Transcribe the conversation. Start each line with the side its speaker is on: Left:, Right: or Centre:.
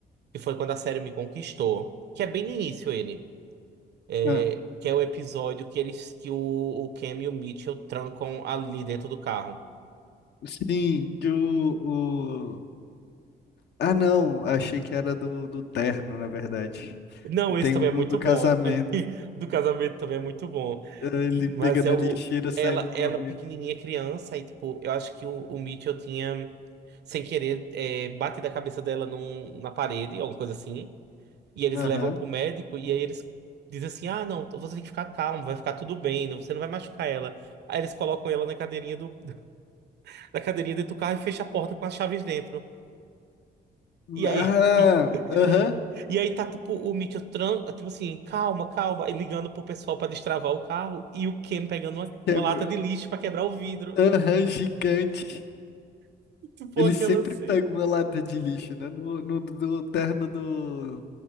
Right: que foi quando a série me conquistou, que é bem no início ele. é,
Left: Ah,
Right: que é o episódio que eles que o, o Cam e o Mitchell trancam ali dentro do carro.
Left: sim, que o, o... Ah, não, achei que era do, do terno, na verdade.
Right: Não,
Left: Que tem
Right: esse também
Left: um do,
Right: é muito
Left: do
Right: bom.
Left: casamento.
Right: <laughs> Do casamento também é muito bom.
Left: Ah, Ele
Right: Mas
Left: pegando
Right: é
Left: a
Right: o
Left: lixeira, saindo
Right: ela
Left: correndo.
Right: ela pequenininha criança e tipo, eu acho que o, o Mitchell tinha sem querer é, batido a cabeça dela num, na parede, alguma coisa assim. E eles
Left: Aham.
Right: levam pro médico e aí eles dizem assim: "Ah, não, então você tem que ficar calmo, vai ficar tudo bem, não- você não vai machucar ela". Aí eles colocam ela na cadeirinha do <laughs> na cadeirinha dentro do carro e fecham a porta com as chaves dentro. E aí,
Left: Ah,
Right: <laughs>
Left: aham.
Right: e aí tá tipo o Mitchell, tran- tipo assim, calma, calma, e ligando pro pessoal pra destravar o carro e o Ken pegando uma,
Left: Câmera.
Right: uma lata de lixo pra quebrar o vidro.
Left: Aham, gigante.
Right: <laughs> Tipo
Left: Ele
Right: aquela
Left: sempre
Right: cena.
Left: pega uma lata de lixo, né? No, no, no terno do.